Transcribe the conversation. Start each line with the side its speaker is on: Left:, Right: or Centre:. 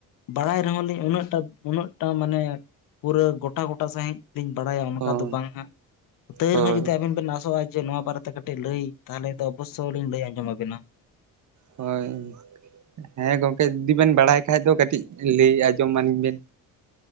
Left: ᱵᱟᱲᱟᱭ ᱨᱮᱦᱚᱸ ᱞᱤᱧ ᱩᱱᱟᱹᱜᱴᱟ ᱩᱱᱟᱹᱜᱴᱟ ᱢᱟᱱᱮ ᱯᱩᱨᱟᱹ ᱜᱚᱴᱟ ᱜᱚᱴᱟ ᱥᱟᱦᱤᱡ ᱛᱤᱧ ᱵᱟᱲᱟᱭᱟ ᱚᱱᱠᱟ
Right: ᱦᱳᱭ
Left: ᱫᱚ ᱵᱟᱝ ᱦᱟᱸᱜ ᱛᱟᱣ
Right: ᱦᱳᱭ
Left: ᱨᱮᱦᱚᱸ ᱡᱩᱫᱤ ᱟᱵᱤᱱ ᱵᱮᱱ ᱟᱥᱚᱜᱼᱟ ᱡᱮ ᱱᱚᱣᱟ ᱵᱟᱨᱮᱛᱮ ᱠᱟᱹᱴᱤᱡ ᱞᱟᱹᱭ ᱛᱟᱦᱚᱞᱮ ᱫᱚ ᱚᱵᱚᱥᱥᱳ ᱞᱤᱧ ᱞᱟᱹᱭ ᱟᱸᱡᱚᱢ ᱟᱵᱮᱱᱟ᱾
Right: ᱦᱳᱭ᱾ ᱦᱮᱸ ᱜᱚᱝᱠᱮ ᱩᱫᱤ ᱵᱮᱱ ᱵᱟᱲᱟᱭ ᱠᱷᱟᱡ ᱫᱚ ᱠᱟᱹᱴᱤᱡ ᱞᱟᱹᱭ ᱟᱸᱡᱚᱢ ᱟᱞᱤᱧ ᱵᱮᱱ᱾